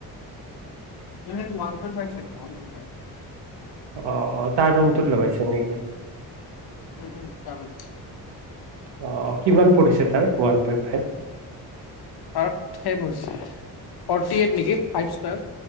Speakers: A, on the left; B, on the right.
A: ন ৱান পইন্ট ফাইভ চাগে ৱান পইন্ট ফাইভ
B: অ অ তাৰ ৰুমটোত লগাইছে নেকি
A: উম উম তাৰো
B: অ কিমান পৰিছে তাৰ ওৱান পইণ্ট ফাইভ
A: অলপ ঠেক হৈছে ফৰ্টি এইট নেকি ফাইভ ষ্টাৰ